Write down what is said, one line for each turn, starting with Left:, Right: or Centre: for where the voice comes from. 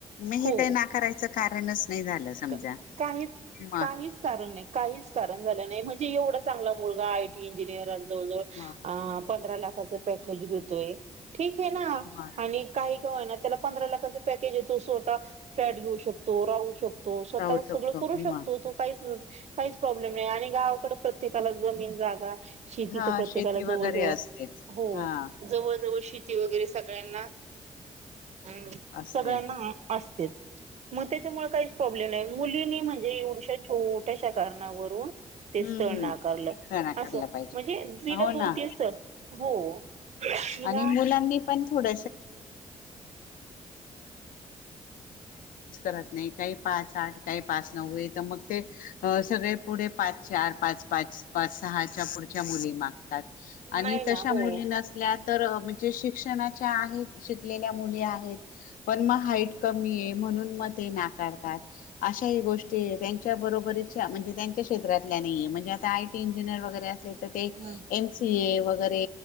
Left: मग
Right: हो
Left: हे काही नाकारायचं कारणच नाही झालं समजा
Right: काहीच
Left: म
Right: काहीच कारण नाही काहीच कारण झालं नाही म्हणजे एवढं चांगला मुलगा इंजिनिर जवळ जवळ
Left: म
Right: पंधरा लाखच पॅकेज घेतोय ठीक आहे ना
Left: म
Right: आणि काही त्या पंरा लाख पकेज येतो स्वतः फ्लॅट घेऊ शकतो राहू शकतो तो स्वतः
Left: राहू शकतो
Right: सगळं करू शकतो
Left: म
Right: तो काहीच काहीच प्रॉब्लेम नाही आणि गावाकड प्रत्येकाला जमीन जागा शेती
Left: हा
Right: तर प्रत्येकाला
Left: शेती वगैरे
Right: जवळजवळ
Left: असतेच
Right: हो
Left: हा
Right: जवळ जवळ शेती वगैरे सगळ्यांना हम
Left: असते
Right: सगळ्यांना असतेच मग त्याच्यामुळे काहीच प्रॉब्लेम नाही मुलीनी म्हणजे एवढश्या छोट्याशा कारणावरून ते
Left: हम्म
Right: स्थळ
Left: हम्म
Right: नाकारलं
Left: नाकारला
Right: असं
Left: पाहिजे
Right: म्हणजे तलं
Left: हो
Right: दोन
Left: ना
Right: तेन स्थळ हो तिला
Left: आणि मुलांनी पण के उं आठ काही पा नव मग ते सगळे पुढे पा चार पाच पा पुढच्या मुली मागतात आणि
Right: नाही ना
Left: तशा
Right: हो
Left: मुलीना तर म्हणजे शिक्षणाच्या आहेत शिकलेल्या मुली आहेत पण म हाईट कमी ये म्हणुन ते नाकारतात अशा गोष्टी ये त्यांच्या बरोबरीच्या म्हणजे त्यांच्या क्षेत्रातील म्हणेजे आय टी इंजिनियर वगैरे असे ते
Right: हम्म.
Left: एम सी ए वगैरे